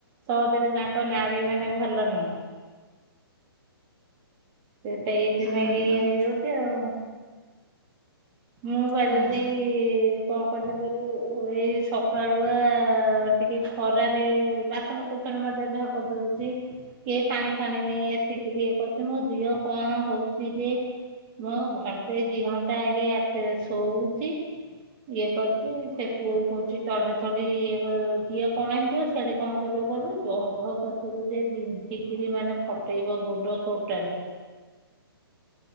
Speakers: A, on the right; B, in the centre.
A: ସହଜରେ ତାଙ୍କ ନାାରୀ ମାନେ ଭଲ <unintelligible> ସେଟ ଏଇପନାାଗେ
B: ହଁ
A: ଇଏ
B: ବା।
A: ହେଇଯାଉଛି ଆଉ ମୁଁ ବା
B: ହଁ।
A: ଯଦି କଣ କରିଛି କିଲୁ ଏଇ ସକାଳୁଆ ଟିକେ ଖରାରେ ବାସନ କୁସନ ମଜା ଧୁଆ କରିଦଉଛି କିଏ ପାଣି ଫାଣି ନେଇ ଆସି ସେଠିକ ଇଏ କରୁଛି ମୋ ଦିଅ କଣ ହଉଛି ଯେ ମୁଁ ଘଣ୍ଟେଇ ଦି ଘଣ୍ଟା ଆଗେ ସେ ଶୋଉଛି ଇଏ କରୁଛି ସେ ପୁଅ କହୁଛି ଚଢା ଚଢି ଇଏ କର ଝିଅ କଣ ହେଇଥିବ ସେଆଠେ କଣ କରିବ କଲୁ ଜଙ୍ଘ କରଥିଲୁ ଯେ ବିନ୍ଧିକିରି ମାନେ ଫଟେଇବ ଗୋଡ ତୋଟାଲ